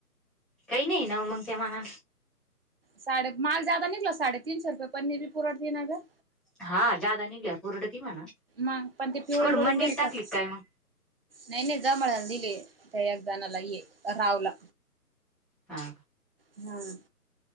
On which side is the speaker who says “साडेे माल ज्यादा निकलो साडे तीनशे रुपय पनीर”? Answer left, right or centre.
Right